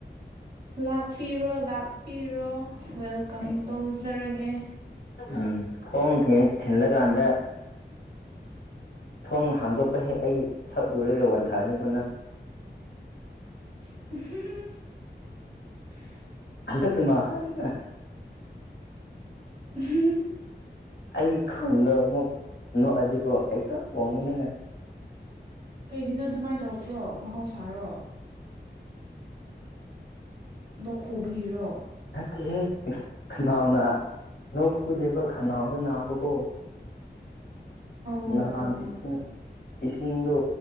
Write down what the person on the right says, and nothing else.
ꯂꯥꯛꯄꯤꯔꯣ ꯂꯥꯛꯄꯤꯔꯣ ꯋꯦꯜꯀꯝ ꯇꯧꯖꯔꯒꯦ꯫
<inaudible>
ꯎꯝ
ꯀꯩꯒꯤꯅꯣ ꯑꯗꯨꯃꯥꯏꯅ ꯇꯧꯕ꯭ꯔꯣ ꯃꯍꯧꯁꯥꯔꯣ ꯂꯣꯛ ꯈꯨꯕꯒꯤꯔꯣ
ꯑꯣ
ꯑꯣ ꯑꯣ